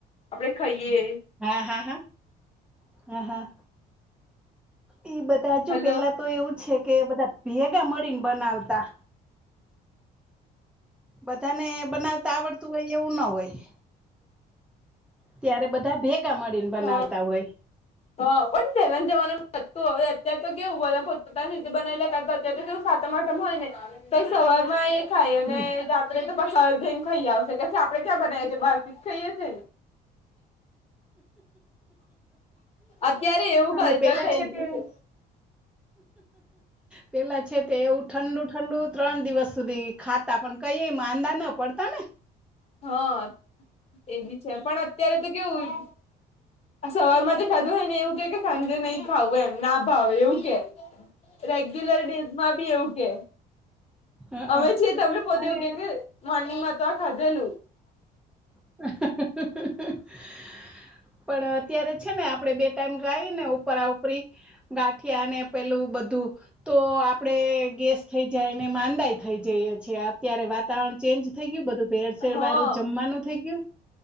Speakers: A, on the left; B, in the centre.
A: આપડે ખાઈએ
B: હા, હા, હા, હા, હા. એ બધા હજુ
A: હલો
B: પેલા તો એવું છે કે બધા ભેગા મળીને બનાવતા બધા ને બનાવતા આવડતું હોય એવું ના હોય. ત્યારે બધા ભેગા મળીને બનાવતા
A: હ
B: હોય.
A: હા, પણ તેના જમાનાતું હવે અત્યારે તો કેવું બધા પોત પોતાની રીતે બનાલા તો કેવું કે સાત આઠમ હોય ને તો સવાર માં એ ખાય અને
B: હમ
A: આપ તો બાર જઈને ખાઈ આવશે કે આપડે ત્યાં બનાવીએ છીએ બારથી જ ખાઈએ છીંએ. અત્યારે એવું કલ્ચર
B: અને પેલા
A: થઈ ગયું
B: તે
A: છે.
B: પેલા છે તે એવું ઠંડુ ઠંડુ ત્રણ દિવસ સુધી ખાતા પણ કઈ માંદા ન પડતા ને.
A: હા એ બી છે, પણ અત્યારે તો કેવું સવારમાં તો ખાધું હોય ને એવું કે કે સાંજે નહી ખાવું એમ ના ભાવે એવું કે રેગ્યુલર ડીશમાં બી એવું કે.
B: હઅ
A: અમે છીએ તમને પોતે
B: અને
A: એવું કે મોર્નિંગમાં તો આ ખાધેલું.
B: <inaudible> પણ અત્યારે છે ને આપડે બે ટાઈમ ગાય ને ઉપરા ઉપરી ગાંઠિયા ને પેલું બધું તો આપડે ગેસ થઈ જાયને માંદા થઈ જઈએ અત્યારે વાતાવરણ ચેન્જ થઈ ગયું બધું ભેળસેેળ
A: હા
B: વારું જમવાનું થઈ ગયું.